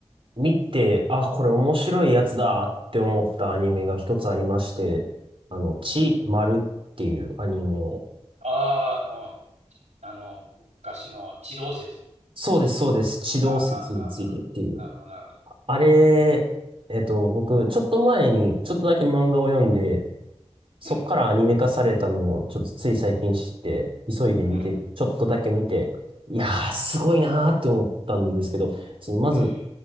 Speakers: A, on the right (about 50°); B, on the right (about 85°).
A: 見て、あ、これ面白いやつだって思ったアニメが一つありまして、あの、ち、まるっていうアニメ。
B: ああ、あの、あの、昔の地動説。
A: そうです、そうです。地動説についてっていう。
B: ああ、あああなるほど、なるほど。
A: あれ、えっと、僕、ちょっと前に、ちょっとだけ漫画を読んで、そっからアニメ化されたのを、
B: うん
A: ちょっとつい最近知って、急いで見て、
B: うん、うん、
A: ちょっとだけ見て、いやー、すごいなーって思ったんですけど、その、まず、
B: えー、